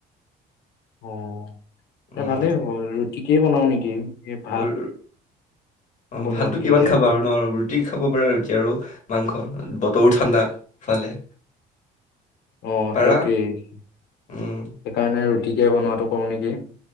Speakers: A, on the left (about 75°); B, on the left (about 45°).
A: অ'
B: উম
A: এ ভালেই হ'ব ৰুটিকেই বনাও নেকি এ ভাত
B: ৰু- অ
A: বনোৱাতকে
B: ভাতটো কিমান
A: এতিয়া
B: খাবা
A: আকৌ
B: আৰু ন ৰুটি খাব পাৰা ৰুটি আৰু মাংস বতৰো ঠাণ্ডা ইফালে
A: অ'
B: পাৰা
A: সেইটোৱেই সেইকাৰণে
B: উম
A: ৰুটিকে বনোৱাতো কৰোঁ নেকি